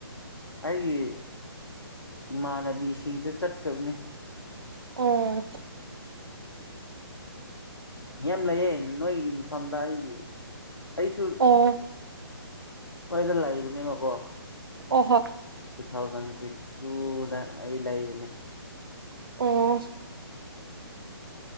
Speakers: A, on the left; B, on the right.
A: ꯑꯩꯒꯤ ꯏꯃꯥꯟꯅꯕꯤꯁꯤꯡꯁꯨ ꯆꯠꯈꯔꯕꯅꯦ
B: ꯑꯣ
A: ꯌꯥꯝ ꯂꯩꯌꯦ ꯅꯣꯏꯒꯤ ꯃꯐꯝꯗ ꯑꯩꯒꯤ ꯑꯩꯁꯨ
B: ꯑꯣ
A: ꯍꯣꯏꯗ ꯂꯩꯕꯅꯦ ꯃꯀꯣ
B: ꯑꯣ ꯍꯣ <unintelligible>
A: ꯇꯨ ꯊꯥꯎꯖꯟ ꯇ꯭ꯋꯦꯟꯇꯤ ꯇꯨꯗ ꯑꯩ ꯂꯩꯕꯅꯦ
B: ꯑꯣ